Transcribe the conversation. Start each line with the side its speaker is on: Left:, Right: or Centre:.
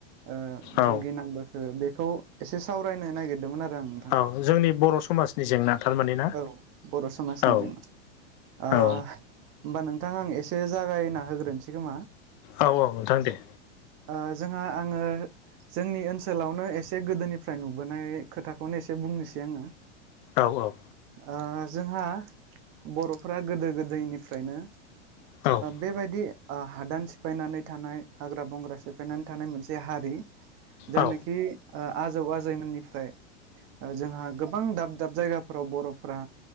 Right: ओ
Left: औ
Right: भुगिनांबोखो बेखौ एसे सावरायनो नागिरदोंमोन आरो आं नोंथां
Left: औ जोंनि बर' समाजनि जेंना थारमान ना?
Right: औ बर' समाजनि
Left: औ
Right: जेंना ओ
Left: औ
Right: होमबा नोंथां आं एसे जागायना होग्रोनोसै खोमा?
Left: औ औ नोंथां दे
Right: ओ जोंहा आङो जोंनि ओनसोलावनो एसे गोदोनिफ्राय नुबोनाय खोथाखौनो एसे बुंनोसै आङो।
Left: औ औ
Right: ओ जोंहा बर'फोरा गोदो गोदायनिफ्रायनो
Left: औ
Right: बेबायदि ओ हादान सिफायनानै थानाय हाग्रा बंग्रा सिफायनानै थानाय मोनसे हा रि जानोखि
Left: औ उम
Right: ओ आजौ आजैमोननिफ्राय ओ जोंहा गोबां दाब दाब जायगाफोराव बर'फोरा